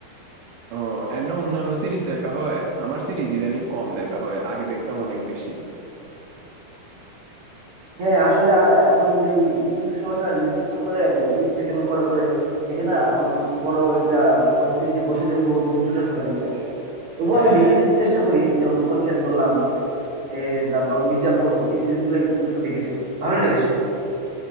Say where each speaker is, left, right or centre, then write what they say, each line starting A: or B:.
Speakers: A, on the right (about 80°); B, on the right (about 45°).
A: ও এমনি অন্যান্য সিরিজ দেখা হয় আমার সিরিজ ইদানিং কম দেখা হয় আগে দেখতাম অনেক বেশি
B: হ্যাঁ আসলে আহ, এখন যে ওই ইউটিউব শর্ট আর রিলসের চক্করে ওই তিরিশ সেকেন্ড করে করে দেখে না এখন বড় একটা ওয়েব সিরিজ যে বসে দেখবো ওই ধৈর্যটা চলে গেছে আসলে তবুও
A: হ্যাঁ
B: আমি দেখে চেষ্টা করি যেমন পঞ্চায়েত বললাম এ, তারপর মির্জাপুর এই সিরিজ গুলো একটু একটু দেখেছিলাম ভালো লেগেছিল